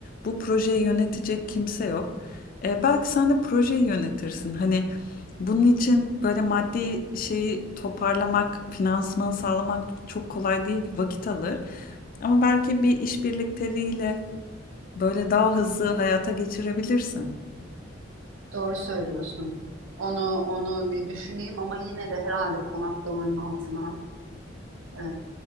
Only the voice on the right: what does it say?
Doğru söylüyorsun. Onu onu bir düşüneyim ama yine de herhalde konaklamanın altına e,